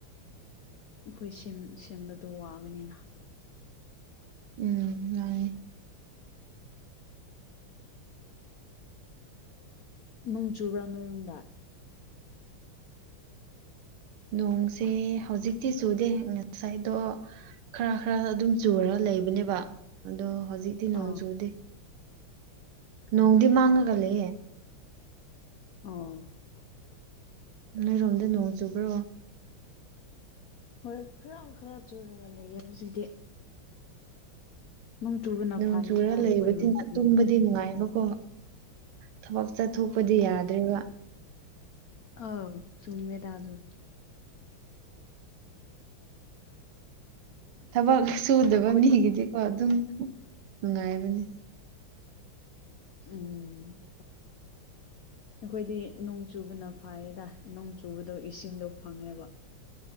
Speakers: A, on the left; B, on the right.
A: ꯑꯩꯈꯣꯏ ꯁꯦꯝꯕꯗꯣ ꯋꯥꯒꯅꯤꯅ
B: ꯎꯝ ꯃꯥꯅꯤ
A: ꯅꯣꯡ ꯆꯨꯕ꯭ꯔꯥ ꯅꯣꯏꯔꯣꯝꯗ
B: ꯅꯣꯡꯁꯦ ꯍꯧꯖꯤꯛꯇꯤ ꯆꯨꯗꯦ ꯉꯁꯥꯏꯗꯣ ꯈꯔ ꯈꯔ ꯑꯗꯨꯝ ꯆꯨꯔ ꯂꯩꯕꯅꯦꯕ ꯑꯗꯣ ꯍꯧꯖꯤꯛꯇꯤ ꯅꯣꯡ
A: ꯑꯥ
B: ꯆꯨꯗꯦ ꯅꯣꯡꯗꯤ
A: ꯑꯥ
B: ꯃꯥꯡꯉꯒ ꯂꯩꯌꯦ
A: ꯑꯥ
B: ꯅꯣꯏꯔꯣꯝꯗ ꯅꯣꯡ ꯆꯨꯕ꯭ꯔꯣ
A: ꯍꯣꯏ ꯈꯔ ꯈꯔ ꯆꯨꯔꯒ ꯂꯩꯌꯦ ꯍꯧꯖꯤꯛꯇꯤ ꯅꯣꯡ ꯆꯨꯕꯅ
B: ꯎꯝ
A: ꯐꯩꯌꯦꯗ
B: ꯆꯖꯨꯔꯥ
A: ꯑꯩꯈꯣꯏꯔꯣꯝꯗꯗꯤ
B: ꯂꯩꯕꯒꯤ ꯑꯗꯨꯗꯤ ꯅꯨꯡꯉꯥꯏꯕꯀꯣ ꯊꯕꯛ ꯆꯠꯊꯣꯛꯄꯗꯤ ꯌꯥꯗ꯭ꯔꯦꯕ
A: ꯑꯧ ꯆꯨꯨꯝꯃꯦꯗꯥꯥ ꯑꯗꯨ
B: ꯊꯕꯛ ꯁꯨꯗꯕ
A: ꯑꯩꯈꯣꯏꯗꯤ
B: ꯃꯤꯒꯤꯗꯤꯀꯣ ꯑꯗꯨꯝ ꯅꯨꯡꯉꯥꯏꯕꯅꯤ
A: ꯎꯝ ꯑꯩꯈꯣꯏꯗꯤ ꯅꯣꯡ ꯆꯨꯕꯅ ꯐꯩꯌꯦꯗ ꯅꯣꯡ ꯆꯨꯕꯗꯣ ꯏꯁꯤꯡꯗꯣ ꯐꯪꯉꯦꯕ